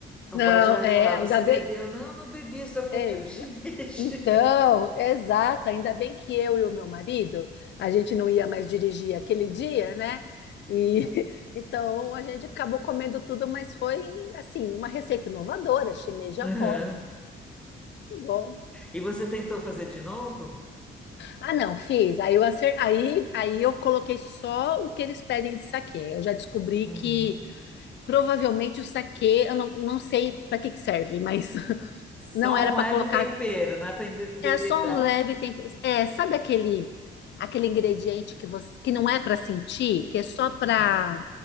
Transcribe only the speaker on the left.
não,
é,
ainda
bem,
exa-
então, exato, ainda bem que eu e o meu marido, a gente não ia mais dirigir aquele dia, né? E <laughs> então a gente acabou comendo tudo, mas foi assim, uma receita inovadora, shimeji
alcoólico,
bom.
Ah, não, fiz. Aí eu acer... aí, aí eu coloquei só o que eles pedem de saquê. Eu já descobri
que provavelmente o saquê, eu não, não sei para que que serve, mas <laughs> não
era
para
colocar.
É só um leve tempero. É, sabe aquele aquele ingrediente que você que não é para sentir, que é só para